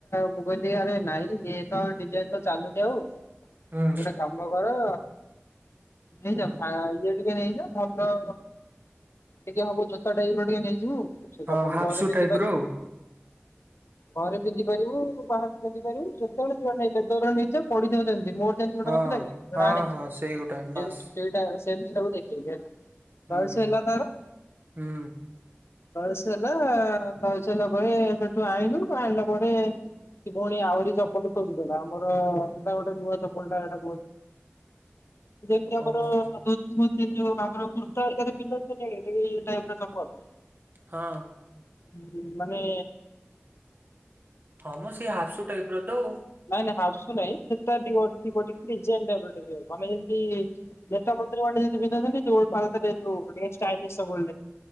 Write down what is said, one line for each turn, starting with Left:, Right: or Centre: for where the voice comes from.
Left: ମୁଁ କହିଲି ଆରେ ନାଇଁ ଇଏ ତ ଆଉ ଡିଜାଇନ୍ ତ ଚାଲୁନି ଆଉ ଗୋଟେ
Right: ହୁଁ
Left: କାମ କର ନେଇଯା ପା ଇଏ ଟିକେ ନେଇଯା ଭଲ ଟିକେ ହବ ଜୋତା ଟାଇପ୍ ର ଟିକେ ନେଇଯିବୁ ସେ
Right: ହଁ
Left: ଚପଲ
Right: ହାଫ୍
Left: ପରେ
Right: ସୁ
Left: ପିନ୍ଧି
Right: ଟାଇପ୍
Left: ପାରିବୁ।
Right: ର ଆଉ।
Left: ଘରେ ପିନ୍ଧି ପାରିବୁ ବାହାରେ ପିନ୍ଧି ପାରିବୁ ଯେତବେଳେ ଯୁଆଡେ ନେଇଯା ଯୁଆଡେ ନେଇଯା ପଡ଼ିଥିବ ସେମ୍ ତି ମୋର
Right: ହଁ
Left: ଗଟେ ଲେ
Right: ହଁ
Left: ଆଣିଥିଲୁ
Right: ହଁ
Left: <inaudible>
Right: ସେଇ ଗୋଟା ବାସ୍।
Left: ସେଇଟା ସେମ୍ ତି ସେଇଟାକୁ ଦେଖେଇଲି ହେଲା
Right: ହୁଁ ହୁଁ ହୁଁ
Left: ଚଏସ୍ ହେଲା ତଏସ୍ ହେଲା ପରେ ସେଠୁ ଆଇଁଲୁ ଆଇଁଲା ପରେ ସେ ପୁଣି ଆହୁରି ଚପଲ ଖୋଜୁଥିଲା ମୋର ଥିଲା ଗୋଟେ ନୂଆ ଚପଲ ଟା ସେଟା <inaudible> ଯେମ୍ ତି ଆମର
Right: ଓହୋ
Left: <inaudible> ବୋଧେ ଯୋଉ ଆମର କୁର୍ତ୍ତା ଆରିକି ରେ ପିନ୍ଧନ୍ତି ନି ଟିକେ ଇଏ ଟାଇପ୍ ର ଚପଲ।
Right: ହଁ।
Left: ହୁଁ ମାନେ
Right: ହଁ ମ ସେଇ ହାଫସୁ ଟାଇପ୍ ର ତଉ।
Left: ନାଇଁ ନାଇଁ ହାପ୍ ସୁ ନାଇଁ ସେଟା ଥିବ ଟିକେ ଡିଜାଇନ୍ ଟାଇପ୍ ର ଟିକେ ମାନେ ଏମ୍ ତି ନେତା ମନ୍ତ୍ରୀ ମାନେ ଯେମ୍ ତି ପିନ୍ଧନ୍ତିନି ଯୋଉ <inaudible> ମନ୍ଦିରଣାଇବ ଯାଇଥିଲୁ ଟିକେ ଷ୍ଟାଇଲିସ୍ ସବୁବେଳେ।